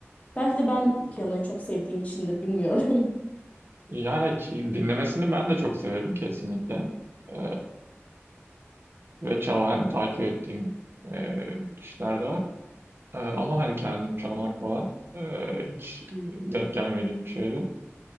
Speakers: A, on the left; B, on the right.
A: Belki de ben piyanoyu çok sevdiğim içindir bilmiyorum.
B: yani dinlemesini ben de çok severim kesinlikle. Ee, ve çalan hani takip ettiğim e, kişiler de var. Ee, ama hani kendim çalmak falan e, hiç e, denk gelmediğim bir şeydi.